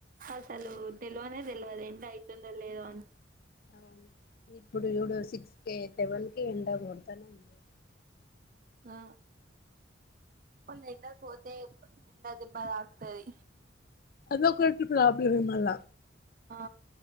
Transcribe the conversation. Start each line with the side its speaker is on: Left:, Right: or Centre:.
Right: అసలు
Left: ఉమ్
Right: తెలువనే తెలువది. ఐతుందో లేదో అని
Left: అవును ఇప్పుడు చూడు సిక్స్కే సెవెన్ కి ఎండ కొడతానే ఉన్నది.
Right: ఆ మల్ల ఎండకు పోతే ఎండదెబ్బ తక్తది.
Left: అద ఒకటి ప్రాబ్లం ఏ మళ్ళ
Right: ఆ